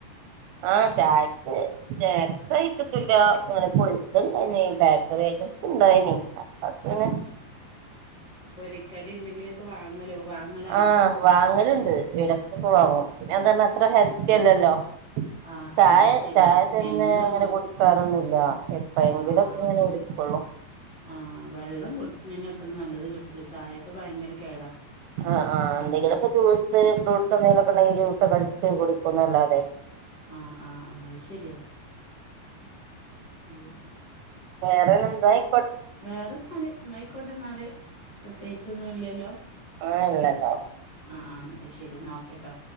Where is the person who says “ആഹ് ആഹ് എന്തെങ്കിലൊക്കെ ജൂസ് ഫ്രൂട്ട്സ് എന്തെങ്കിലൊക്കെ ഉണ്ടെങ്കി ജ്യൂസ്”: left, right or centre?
Right